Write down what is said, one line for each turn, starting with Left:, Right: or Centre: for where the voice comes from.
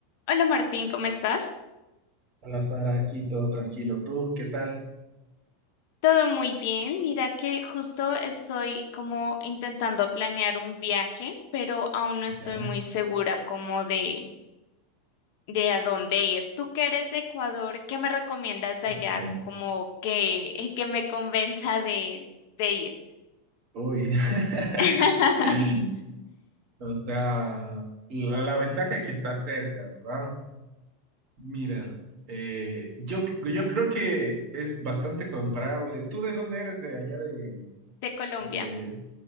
Left: Hola Martín, ¿cómo estás?
Right: Hola Sara, aquí todo tranquilo. ¿Tú qué tal?
Left: Todo muy bien. Mira que justo estoy como intentando planear un viaje, pero aún no estoy
Right: Ya,
Left: muy segura como de, de a dónde ir. Tú que eres de Ecuador, ¿qué me recomiendas de
Right: ok.
Left: allá? Así como que, <laughs> eh, que me convenza de, de ir.
Right: Uy. <laughs>
Left: <laughs>
Right: O sea, la, la ventaja es que está cerca, ¿verdad? Mira, eh, yo, yo creo que es bastante comparable. ¿Tú de dónde eres? De allá de,
Left: De Colombia,
Right: de,